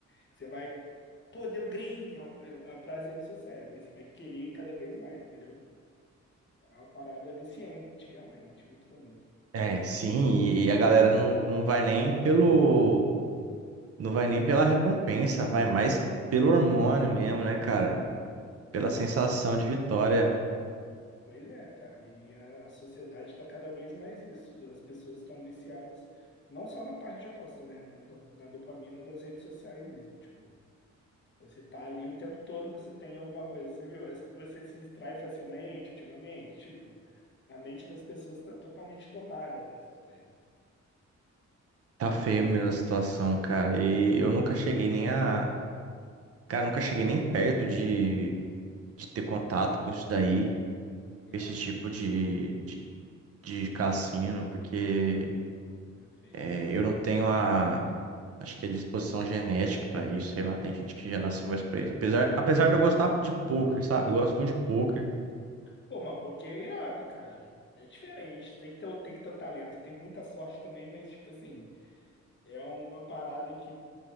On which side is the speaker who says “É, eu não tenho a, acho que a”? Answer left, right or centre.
Right